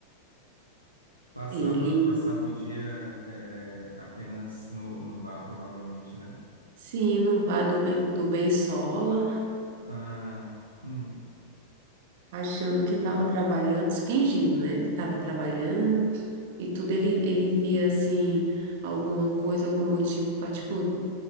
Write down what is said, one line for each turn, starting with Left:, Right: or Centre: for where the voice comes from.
Left: Passava,
Right: ele
Left: passava o dia é, apenas no, no bar, provavelmente, né?
Right: se inubar do, Be- do Beisola,
Left: Ah, hum.
Right: achando que estava trabalhando, fingindo, né? Que estava trabalhando e tudo. Ele, ele via, assim, alguma coisa, algum motivo para, tipo,